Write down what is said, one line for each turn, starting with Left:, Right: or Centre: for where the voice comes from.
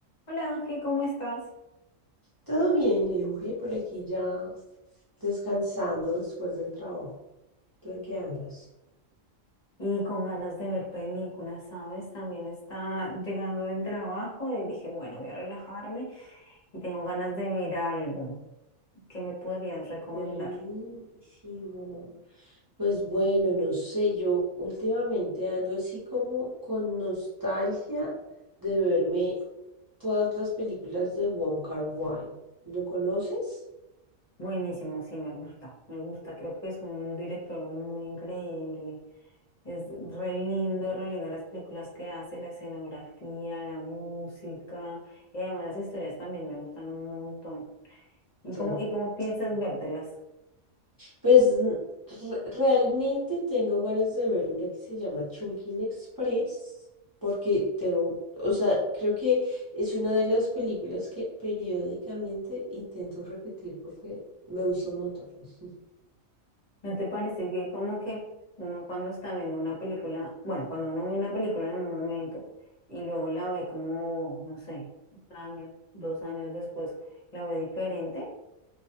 Left: Hola Ángel, ¿cómo estás?
Right: Todo bien, Euge, por aquí ya descansando después del trabajo. ¿Tú en qué andas?
Left: Y con ganas de ver películas, ¿sabes? También está llegando del trabajo y dije, bueno, voy a relajarme y tengo ganas de ver algo. ¿Qué me podrías recomendar?
Right: Buenísimo. Pues bueno, no sé, yo últimamente ando así como con nostalgia de verme todas las películas de Wong Kar-wai. ¿Lo conoces?
Left: Buenísimo, sí, me gusta, me gusta. Creo que es un director muy increíble. Es re lindo, re lindo las películas que hace, la escenografía, la música y además las historias también me gustan un montón. ¿Y
Right: Total.
Left: cómo, y cómo piensas vértelas?
Right: Pues mm, re- realmente tengo ganas de ver una que se llama Chungking Express, porque tengo, o sea, creo que es una de las películas que periódicamente intento repetir porque me gusta un montón. <laughs>
Left: ¿No te parece que como que uno cuando está viendo una película, bueno, cuando uno ve una película en un momento y luego la ve como, no sé, un año, dos años después, la ve diferente?